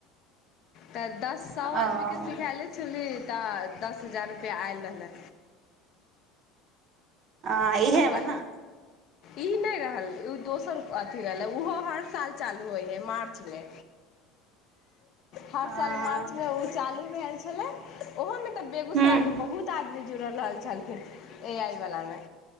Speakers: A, on the left; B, on the right.
A: पैदस्त सब
B: ओ
A: आदमीके सिखाले छली तऽ दश हजार रुपैआ आयल रहलै
B: आ इहे
A: आ
B: म ने
A: ई नहि रहल ओ दोसर अथी रहलै ओहो हर साल चालू होइ हइ मार्चमे हर
B: आ
A: साल मार्च ह ओ चालू भेल छले ओहो में तऽ बेगूसराय
B: हूँ
A: के बहुत आदमी जुड़ल रहल छलखिन एहि आइ वलामे